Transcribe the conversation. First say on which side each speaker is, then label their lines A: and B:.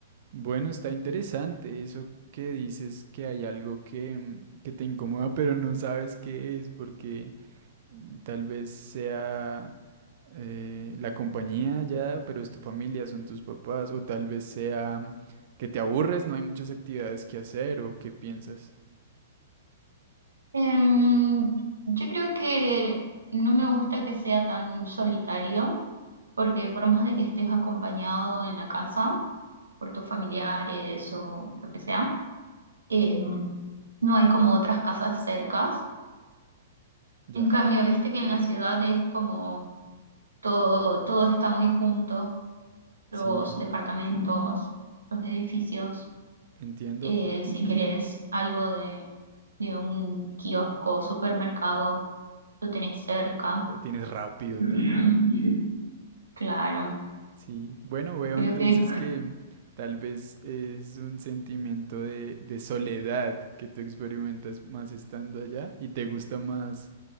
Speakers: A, on the right (about 50°); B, on the right (about 80°).
A: Bueno, está interesante eso que dices que hay algo que, mm, que te incomoda, pero no sabes qué es, porque Tal vez sea eh, la compañía ya, pero es tu familia, son tus papás, o tal vez sea que te aburres, no hay muchas actividades que hacer, o qué piensas.
B: Em, yo creo que no me gusta que sea tan solitario, porque por más de que estés acompañado en la casa, por tus familiares o lo que sea, em, no hay como otras casas cercas.
A: Ya,
B: En cambio, viste que en la ciudad es como todo, todo está muy junto, los
A: sí,
B: departamentos, los edificios.
A: entiendo.
B: Eh, si querés algo de, de un kiosco, supermercado, lo tenés cerca.
A: Lo tienes rápido
B: <laughs>
A: también.
B: Claro,
A: Sí, bueno, veo
B: creo
A: entonces
B: que
A: que tal vez es un sentimiento de, de soledad que tú experimentas más estando allá y te gusta más